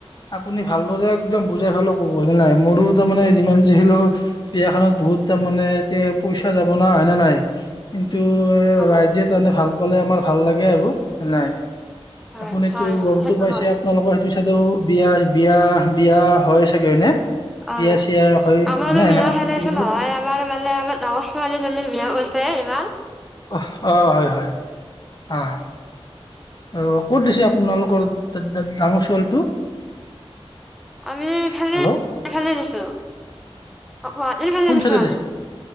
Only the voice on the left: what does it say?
আপুনি ভালদৰে একদম বুজাই ফালে ক'ব হয় নাই মোৰো তাৰ মমানে যিমান যিখছিলো বিয়া খানত বহুত তাৰ মমানে তে যাব না হয়নে নাই কিন্তু
ৰাইজে
তাৰমানে ভাল পালে আমাৰ ভাল লাগে আৰু নাই
আপুনিতো
গমতটো
পাইছে
আপোনালোকৰ সেইটো। সেদৌ বিয়া বিয়া বিয়া হয় চাগেনে।
বিয়া চিয়া হয়
হয়নে
কি বুলি
কয়?
অ হয় হয় হয় অ ক'ত দিছে আপোনালোকৰ ডা ডা ডাঙৰ ছোৱালীটো?
হেল্ল'
কোন
চাইডে
দিছে